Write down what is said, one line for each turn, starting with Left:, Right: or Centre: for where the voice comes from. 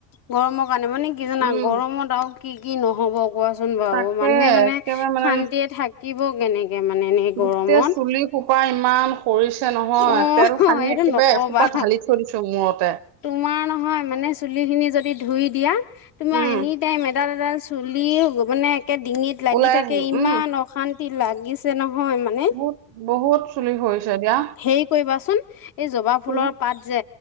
Left: গৰমৰ কাৰণে মানে কি জানা,
Right: উম।
Left: গৰমত আৰু কি কি নহ'ব। কোৱাচোন বাৰু,
Right: তাকে
Left: মানুহে মানে
Right: একেবাৰে মানে
Left: শান্তিয়ে থাকিব কেনেকে মানে এনে গৰমত
Right: গোটেই চুলি সোপা ইমান সৰিছে নহয়,
Left: অ'
Right: তেল সানি
Left: এইটো
Right: একেবাৰে
Left: নকবা
Right: এসোপাত ঢালি থৈ দিছোঁ মূৰত।
Left: তোমাৰ নহয় মানে চুলিখিনি যদি ধুই দিয়া, তোমাৰ
Right: উম।
Left: এনি টাইম এডাল এডাল চু চুলি হু মানে একে ডিঙিত লাগি
Right: ওলাই
Left: থাকে,
Right: আহিলো
Left: ইমান
Right: উম
Left: অশান্তি লাগিছে নহয় মা নে,
Right: বহুত বহুত চুলি সৰিছে দিয়া
Left: হে কৰিবাচোন, এই জবাব ফুলৰ
Right: কিনো
Left: পাত যে